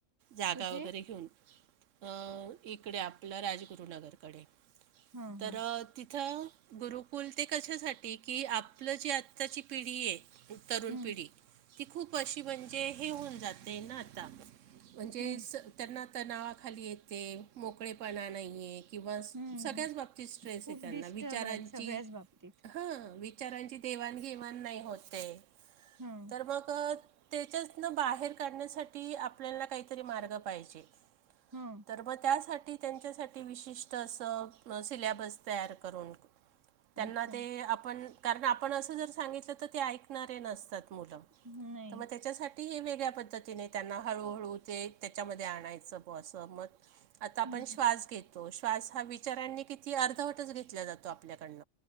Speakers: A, on the right; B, on the right.
A: जागा
B: कुठे
A: वगैरे घेऊन, अ इकडे आपलं राजगुरुनगरकडे.
B: हा
A: तर
B: हा
A: तिथं गुरुकुल, ते कशासाठी की आपलं जे आ ताची पिढी ये, ती तरुण
B: हम्म
A: पिढी प अशी, म्हणजे हे होऊन जाते ना आता, म्हणजेच
B: हम्म
A: त्यांना त्या नावाखाली येते, मोकळेपणा नहीये. किंवा
B: हम्म
A: सगळ्याच बाबतीत स्ट्रेस
B: खूप
A: ये, त्यांना
B: डिस्टर्ब
A: विचारांची
B: आहेत सगळ्याच बाबतीत
A: हं विचारांची देवाणघेवाण नाही होत ये.
B: हं.
A: मग त्याच्यातन बाहेर काढण्यासाठी ती आपल्याला काहीतरी मार्ग पाहिजे,
B: हा
A: तर म त्यासाठी त्यांच्यासाठी विशिष्ट असं, सिलेबस तयार करून त्यांना
B: अच्छा
A: ते आपण, कारण आपण असं जर सांगितलं तर ते ऐकणारे नसतात मुलं.
B: नाही
A: तर मग त्याच्यासाठी हे वेगळ्या पद्धतीने, त्यांना हळूहळू ते त्याच्यामध्ये आणायचं, ब असं मग. आता आपण
B: हम्म
A: श्वास घेतो, श्वास हा चऱांनी किती अर्धवटच घेतल्या जातो, आपल्याकडन